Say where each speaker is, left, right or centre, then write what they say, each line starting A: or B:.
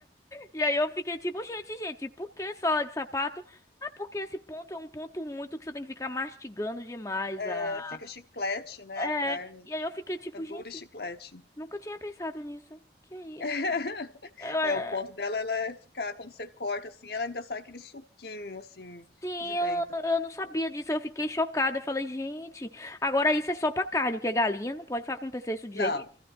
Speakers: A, on the left; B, on the left.
A: E aí eu fiquei tipo, gente, gente, por que sola de sapato? Ah, porque esse ponto é um ponto muito que você tem que ficar mastigando demais.
B: é,
A: Ah.
B: fica chiclete, né?
A: É,
B: A carne
A: e aí eu fiquei tipo,
B: fica dura
A: gente.
B: e chiclete.
A: Nunca tinha pensado nisso. Que é
B: <laughs>
A: isso? Eu, é,
B: É, o ponto dela ela é ficar quando você corta assim, ela ainda sai aquele suquinho assim
A: sim,
B: de dentro.
A: eu, eu não sabia disso. Eu fiquei chocada. Eu falei, gente, agora isso é só pra carne, porque galinha não pode fa- acontecer isso de
B: Não.
A: jeito nenhum.